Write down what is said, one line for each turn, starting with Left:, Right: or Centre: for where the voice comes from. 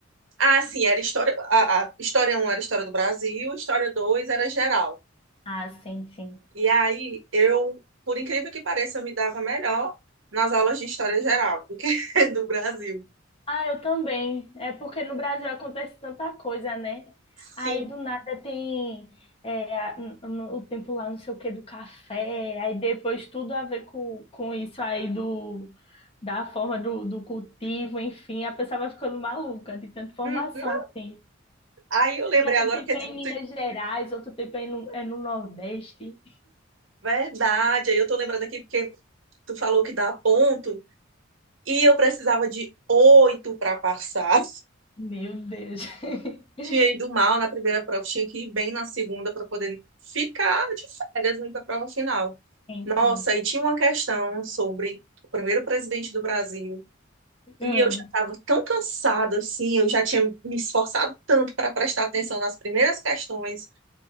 Right: Ah, sim, era história, a, a história um era história do Brasil, história 2 era geral.
Left: Ah, sim, sim.
Right: E aí eu, por incrível que pareça, eu me dava melhor nas aulas de história geral do que <laughs> do Brasil.
Left: Ah, eu também. É porque no Brasil acontece tanta coisa, né?
Right: Sim.
Left: Aí do nada tem é, a- n- n- o tempo lá, não sei o que, do café, aí depois tudo a ver com, com isso aí do, da forma do, do cultivo, enfim, a pessoa vai ficando maluca de tanta formação
Right: Hum, hum.
Left: assim.
Right: Aí eu lembrei
Left: Ah,
Right: agora
Left: Um tempo
Right: porque
Left: é
Right: tu,
Left: em Minas
Right: tu-
Left: Gerais, outro tempo é no, é no Nordeste.
Right: verdade, aí eu tô lembrando aqui porque tu falou que dá ponto e eu precisava de oito para passar.
Left: Meu Deus. <laughs>
Right: tinha ido mal na primeira prova, tinha que ir bem na segunda para poder ficar de férias na prova final.
Left: Sim,
Right: Nossa,
Left: sim.
Right: aí tinha uma questão sobre o primeiro presidente do Brasil.
Left: Hum.
Right: E eu já estava tão cansada assim, eu já tinha me esforçado tanto para prestar atenção nas primeiras questões